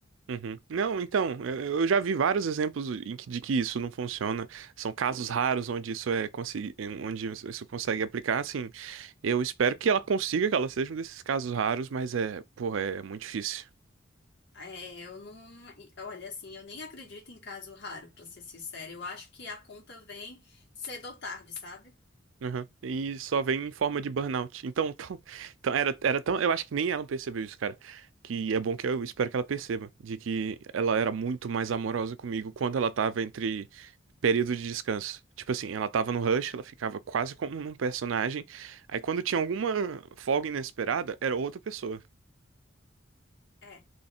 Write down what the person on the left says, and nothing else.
É, eu não. e, Olha, assim, eu nem acredito em caso raro, pra ser sincera. Eu acho que a conta vem cedo ou tarde, sabe?
É,